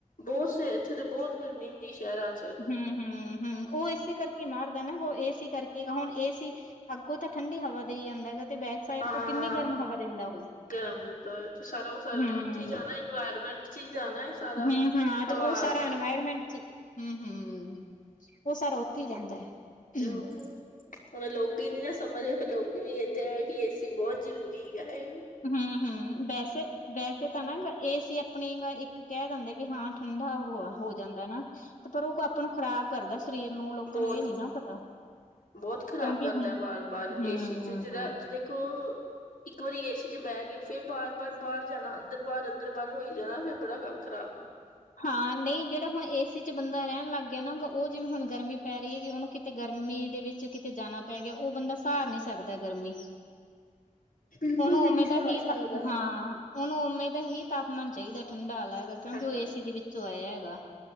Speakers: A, on the left (about 85°); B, on the left (about 70°).
A: ਬਹੁ, ਸਵੇ ਇੱਥੇ ਤੇ ਬਹੁਤ ਗਰਮੀ ਹੁੰਦੀ, ਸ਼ਹਿਰਾਂ'ਚ।
B: ਹੂੰ, ਹੂੰ, ਹੂੰ, ਉਹ ਇਸੇ ਕਰਕੇ ਮਾਰਦਾ ਨਾ, ਉਹ ਏਸੀ ਕਰਕੇ, ਹੁਣ ਏਸੀ ਅੱਗੋਂ ਤਾਂ ਠੰਡੀ ਹਵਾ ਦੇਈ ਜਾਂਦਾ ਤੇ ਬੈਕ ਸਾਈਡ
A: ਹਾਂ
B: ਤੋਂ ਕਿੰਨੀ ਗਰਮ ਹਵਾ ਦਿੰਦਾ, ਉਹ
A: ਗਰਮ ਦਿੰਤਾ ਹੋਇਆ ਸਾਰਾ, ਉਹ ਸਾਰਾ
B: ਹੂੰ,
A: ਉੱਥੇ ਹੀ ਜਾਣਾ, ਇਨਵਾਇਰਮੈਂਟ'ਚ ਹੀ ਜਾਣਾ ਏ ਸਾਰਾ।
B: ਹੂੰ ਹਾਂ, ਤੇ
A: ਹਵਾ
B: ਉਹ ਸਾਰਾ
A: ਚ
B: ਇਨਵਾਇਰਮੈਂਟ'ਚ ਹੂੰ, ਹੂੰ, ਉਹ ਸਾਰਾ ਉੱਥੇ ਹੀ ਜਾਂਦਾ ਹੈ। ਹੂੰ,
A: ਤੇ ਹੋਰ, ਹੁਣ ਲੋਕੀ ਨੀ ਨਾ ਸਮਝਦੇ, ਫਿਰ ਲੋਕ ਵੀ ਕਹਿੰਦੇ ਆ, ਕਿ ਏਸੀ ਬਹੁਤ ਜ਼ਰੂਰੀ ਆ ਇਹ।
B: ਹੂੰ, ਹੂੰ ਵੈਸੇ, ਵੈਸੇ ਤਾਂ ਨਾ ਏਸੀ ਆਪਣੀ ਇੱਕ ਕਹਿਦੰਦੇ ਵੀ ਹਾਂ ਠੰਢਾ ਹੋ, ਹੋ ਜਾਂਦਾ ਨਾ, ਤੇ ਪਰ ਉਹ ਆਪਾਂ ਨੂੰ ਖ਼ਰਾਬ ਕਰਦਾ ਸਰੀਰ ਨੂੰ, ਲੋਕਾਂ
A: ਬਹੁਤ
B: ਨੂੰ ਇਹ ਨੀ ਨਾ ਪਤਾ।
A: ਬਹੁਤ ਖ਼ਰਾਬ
B: ਕਿਉਂਕਿ
A: ਕਰਦਾ
B: ਹੁਣ
A: ਬਾਰ-ਬਾਰ, ਏਸੀਚ
B: ਹੂੰ
A: ਜਿਦਾ ਜ ਦੇਖੋ ਇੱਕ ਵਾਰੀ ਏਸੀ ਚ ਬਹਿ ਗਏ ਫੇਿਰ ਬਾਰ, ਬਾਰ ਬਾਹਰ ਜਾਣਾ, ਅੰਦਰ ਬਾਹਾਰ, ਅੰਦਰ ਬਾਹਰ, ਹੋਈ ਜਾਣਾ ਫੇਿਰ ਬੜਾ ਕੰਮ ਖ਼ਰਾ
B: ਹਾਂ ਨਹੀਂ। ਜਿਹੜਾ ਹੁਣ ਏ ਸੀ ਚ ਬੰਦਾ ਰਹਿ ਲੱਗ ਗਿਆ ਨਾਾ ਉਹ ਜਿਵੇਂ ਹੁਣ ਗਰਮੀ ਪੈ ਰਹੀ ਹੈਗੀ ਉਹਨੂੰ ਕਿਤੇ ਗਰਮੀ ਦੇ ਵਿੱਚ ਕਿਤੇ ਜਾਣਾ। ਪੈ ਗਿਆ ਉਹ ਬੰਦਾ ਸਾਰ ਨਹੀਂ ਸਕਦਾ ਗਰਮੀ।
A: ਬਿਲਕੁਲ
B: ਉਹਨੂੰ
A: ਵੀ
B: ਉਵੇਂ
A: ਨਹੀਂ
B: ਦਾ
A: ਸਾਹ
B: ਹੀ
A: ਸਕਦਾ
B: ਤਾਂ ਹਾਂ। ਉਹਨੂੰ ਉਵੇਮੀ ਦਾ ਹੀ ਤਾਪਮਾਨ ਚਾਹੀਦਾ ਠੰਡਾ ਵਾਲਾ ਹੈ ਕਿਉਂਕਿ
A: ਠੰਡਾ
B: ਉਹ ਏ ਸੀ ਦੇ ਵਿੱਚੋਂ ਆਇਆ ਹੈਗਾ।